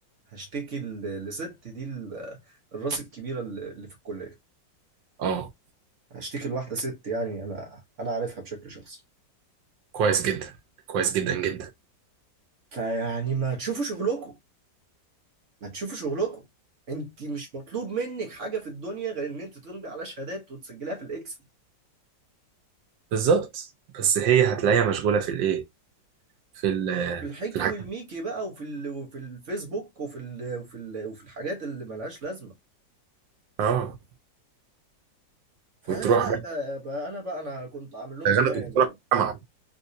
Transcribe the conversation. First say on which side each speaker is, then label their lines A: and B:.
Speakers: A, on the right (about 50°); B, on the right (about 85°).
A: هشتكي ل- لست دي ال- الراس الكبيره اللي اللي في الكليه
B: اه
A: هشتكي لواحده ست يعني انا انا عارفها بشكل شخصي
B: كويس جدا كويس جدا جدا
A: فيعني ما تشوفوا شغلكم ما تشوفوا شغلكم انت مش مطلوب منك حاجه في الدنيا غير ان انت تمضي على شهادات وتسجليها في الاكسل
B: بالظبط بس هي هتلاقيها مشغولة في الايه في ال
A: في الحكي
B: في الحاجات
A: والميكي بقى وفي ال... وفي الفيسبوك وفي ال... وفي ال... وفي الحاجات اللي ملهاش لازمه
B: اه
A: فانا
B: وتروح
A: بقى,
B: بقى
A: بقى, بقى انا بقى انا كنت عامل لهم
B: شغاله
A: جنايه
B: دكتوره
A: النهارده
B: في الجامعه